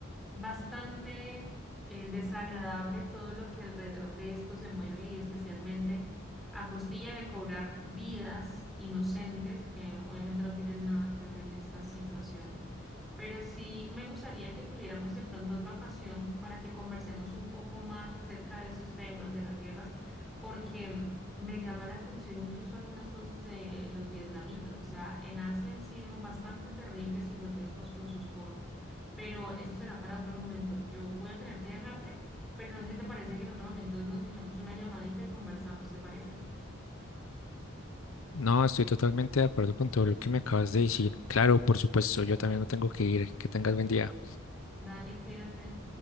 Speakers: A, in the centre; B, on the left.
A: bastante eh, desagradable todo lo que alrededor de esto se mueve y especialmente a costilla de cobrar vidas inocentes que obviamente no tienen nada que ver en estas situaciones pero sí me gustaría que tuviéramos de pronto otra ocasión para que conversemos un poco más acerca de esos temas, de las guerras, porque mm, me llama la atención incluso algunas cosas de los vietnamitas. O sea, en Asia han sido bastante terribles y grotescos con sus formas, pero eso será para otro momento. Yo voy a tener que dejarte, pero no sé si te parece que en otro momento nos echamos una llamadita y conversamos, ¿te parece?
B: No, estoy totalmente de acuerdo con todo lo que me acabas de decir. Claro, por supuesto, yo también me tengo que ir. Que tengas buen día.
A: Dale, cuídate.